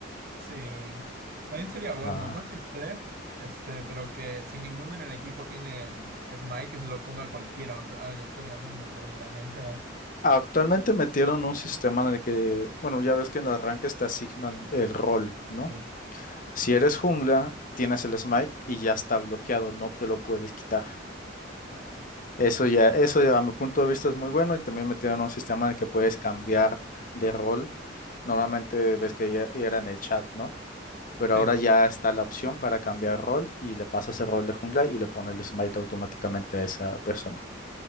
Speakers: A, on the right (about 50°); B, on the left (about 45°).
A: Sí. También sería bueno,
B: Ah.
A: no existe, este, pero que si ninguno en el equipo tiene Smite, que se lo ponga a cualquiera auto- aleatoriamente, porque la neta.
B: Actualmente metieron un sistema en el que, bueno, ya ves que en el arranques te asignan el rol, ¿no?
A: Sí.
B: Si eres jungla, tienes el smite y ya está bloqueado, no te lo puedes quitar.
A: Nice.
B: Eso ya, eso ya, a mi punto de vista es muy bueno y también metieron un sistema en el que puedes cambiar de rol. Normalmente ves que ya, ya era en el chat, ¿no? Pero
A: Sí,
B: ahora
A: sí.
B: ya está la opción para cambiar rol y le pasas el rol de jungla y le pone el smite automáticamente a esa persona.